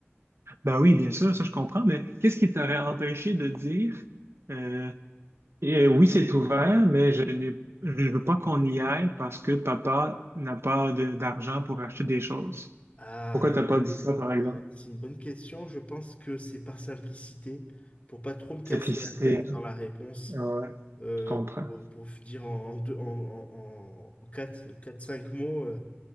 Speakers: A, on the right; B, on the left.
A: Ben oui, bien sûr, ça je comprends, mais qu'est-ce qui t'aurait empêché de dire euh, Et euh, oui, c'est ouvert, mais je n'ai, je ne veux pas qu'on y aille parce que papa n'a pas de- d'argent pour acheter des choses.
B: Ah,
A: Pourquoi t'as pas
B: là,
A: dit ça, par exemple?
B: ouais, c'est une bonne question. Je pense que c'est par simplicité, pour pas trop me casser
A: Simplicité,
B: la tête
A: hein?
B: dans la réponse,
A: Ouais,
B: euh,
A: je comprends.
B: pour, pour dire en, en, deux- en, en, en 4, 5 mots. euh,